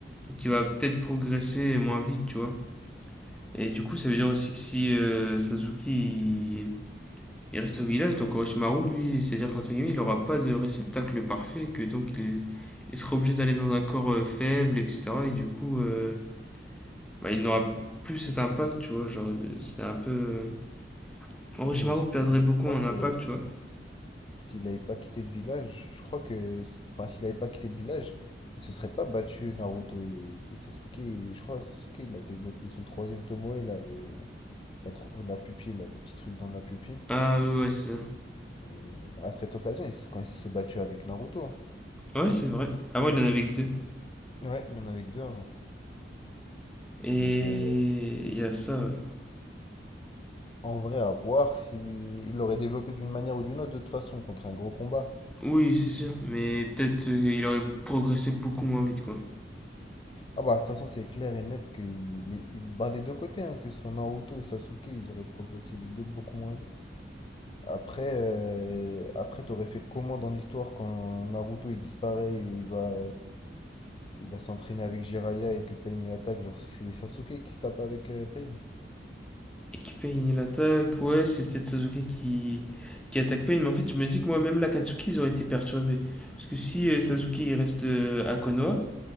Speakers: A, in the centre; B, on the left.
A: Donc, il va peut-être progresser moins vite, tu vois. Et du coup, ça veut dire aussi que si euh, Sasuke il, il reste au village, donc Orochimaru, lui, c'est-à-dire qu'entre guillemets, il aura pas de réceptacle parfait, que donc il, il sera obligé d'aller dans un corps euh, faible, etc. Et du coup, euh, bah, il n'aura plus cet impact, tu vois. Genre, de- c'est un peu. euh, Orochimaru
B: Ouais, Mais surtout
A: perdrait
B: que je
A: beaucoup
B: crois
A: en impact,
B: que
A: tu vois.
B: s'il n'avait pas quitté le village, je crois que, si- enfin, s'il n'avait pas quitté le village, il se serait pas battu Naruto et, et Sasuke. Et je crois que Sasuke, il a développé son troisième Tomoe, là, le, la, tro- la pupille, là, le petit truc dans la pupille.
A: Ah oui, ouais, c'est ça.
B: Euh, à cette occasion, il s- quand il s'est battu avec Naruto.
A: Ouais, c'est vrai. Avant, il en avait que deux.
B: Ouais, il en avait que deux avant.
A: Et
B: Donc, euh,
A: il y a ça, ouais.
B: En vrai, à voir s'il l'aurait développé d'une manière ou d'une autre, de toute façon, contre un gros combat.
A: Oui, c'est sûr, mais peut-être euh, il aurait progressé beaucoup moins vite, quoi.
B: Ah bah, de toute façon, c'est clair et net que il est... bah, des deux côtés, hein, que ce soit Naruto ou Sasuke, ils auraient progressé les deux beaucoup moins vite. Après, euh, après t'aurais fait comment dans l'histoire quand Naruto il disparaît et il va, il va s'entraîner avec Jiraiya et que Pain il attaque? Genre, c'est Sasuke qui se tape avec euh, Pain.
A: Et qui paye l'attaque, ouais, c'est peut-être Sasuke qui... qui attaque Pain, mais en fait, je me dis que moi-même, l'Akatsuki, ils auraient été perturbés. Parce que si euh, Sasuke, il reste euh, à Konoha,